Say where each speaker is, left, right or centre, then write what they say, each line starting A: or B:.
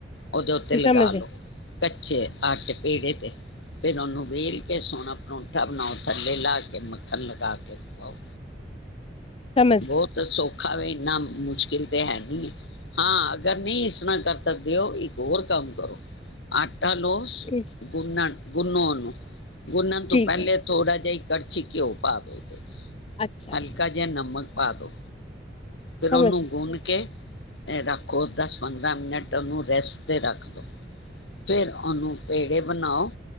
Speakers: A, on the left; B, on the left.
A: ਉਹਦੇ ਉੱਤੇ
B: ਜੀ
A: ਲਗਾ
B: ਸਮਝ
A: ਲੋੋ
B: ਗਈ
A: ਕੱਚੇ ਆੱਟੇ ਪੇੜੇ ਤੇ ਫਿਰ ਉਹਨੂੰ ਵੇਲ ਕੇ ਸੋਹਣਾ ਪਰੌਂਠਾ ਬਣਾਓ ਥੱਲੇ ਲਾ ਕੇ ਮੱਖਣ ਲਗਾ ਕੇ ਖਾਓ
B: ਸਮਝ
A: ਬਹੁਤ ਸੌਖਾ ਵੇ ਨਾ ਮੁਸ਼ਕਿਲ ਤਾਂ ਹੈ ਨਹੀਂ ਹੈ ਹਾਂ ਅਗਰ ਨਹੀਂ ਇਸ ਤਰ੍ਹਾਂ ਕਰ ਸਕਦੇ ਹੋ ਇੱਕ ਹੋਰ ਕੰਮ ਕਰੋ। ਅ ਤਲੋਸ਼
B: ਗਈ
A: ਗੁੰਨਨ ਗੂਨੌ ਉਹਨੂੰ ਗੁੰਨਣ ਤੋਂ
B: ਠੀਕ
A: ਪਹਿਲੇ
B: ਹੈ
A: ਥੋੜ੍ਹਾ ਜਿਹਾ ਈ ਕੜਛੀ ਘਿਉ ਪਾ ਦਿਓ ੳਪਰ
B: ਅੱਛਾ
A: ਹਲਕਾ ਜਿਹਾ ਨਮਕ ਪਾਦੋ ਫਿਰ
B: ਸਮਝ
A: ਉਹਨੂੰ
B: ਗਈ
A: ਗੁੰਨ ਕੇ ਰੱਖੋ ਦਸ ਪੰਦਰਾਂ ਮਿੰਟ ਉਹਨੂੰ ਰੈਸਟ ਤੇ ਰੱਖ ਦੋ ਫਿਰ ਉਹਨੂੰ ਪੇੜੇ ਬਣਾਓ